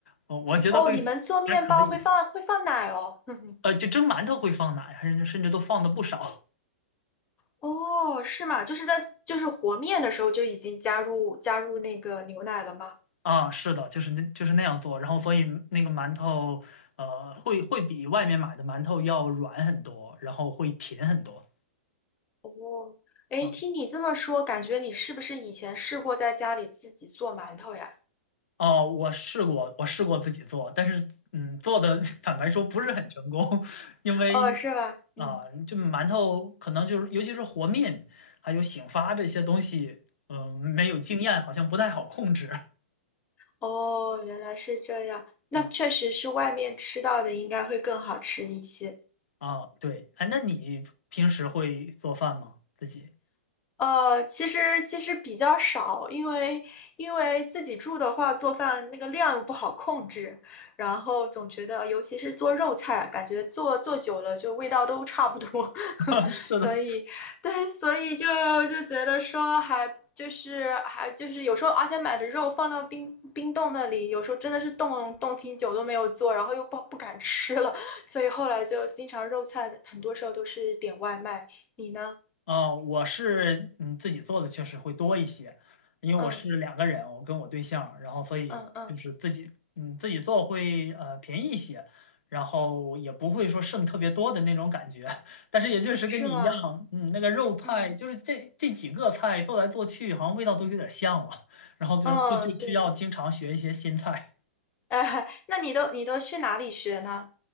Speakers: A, on the left; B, on the left.
A: 我我觉得会
B: 哦，你们做面包会放会放奶哦？
A: 还可以，
B: <laughs>
A: 呃，就蒸馒头会放奶，还甚至甚至都放的不少。
B: 哦，是吗？就是在就是和面的时候就已经加入加入那个牛奶了吗？
A: 啊，是的，就是那就是那样做，然后所以那个馒头，呃，会会比外面买的馒头要软很多，然后会甜很多
B: 哦，哎，
A: 啊。
B: 听你这么说，感觉你是不是以前试过在家里自己做馒头呀？
A: 哦，我试过，我试过自己做，但是嗯，做的 <laughs> 坦白说不是很成功，<laughs> 因为
B: 哦，是吧？嗯，
A: 啊，就馒头可能就是尤其是和面还有醒发这些东西，嗯、没有经验，好像不太好控制。<laughs>
B: 哦，原来是这样。那确实是外面吃到的应该会更好吃一些。
A: 啊啊，对，哎，那你平时会做饭吗？自己？
B: 呃，其实其实比较少，因为因为自己住的话，做饭那个量不好控制，然后总觉得，尤其是做肉菜，感觉做做久了就味道都差不多，
A: <laughs>
B: <laughs>
A: 是的。
B: 所以对，所以就就觉得说还就是还就是有时候，而且买的肉放到冰冰冻那里，有时候真的是冻冻挺久都没有做，然后又不不敢吃了，<laughs> 所以后来就经常肉菜很多时候都是点外卖。你呢？
A: 啊，我是嗯自己做的确实会多一些，因为我是两个人，
B: 嗯
A: 我跟我对象，然后所以就是自己嗯自己做会呃便宜一些，
B: 嗯嗯。
A: 然后也不会说剩特别多的那种感觉，<laughs> 但是也确实跟你一样，
B: 是吗？
A: 嗯那个肉菜就是这这几个菜做来做去，
B: 嗯，
A: 好像味道都有点像了，<laughs> 然后就就就需要经常学一些新菜。
B: 哦，对，<laughs> 哎，那你都你都去哪里学呢？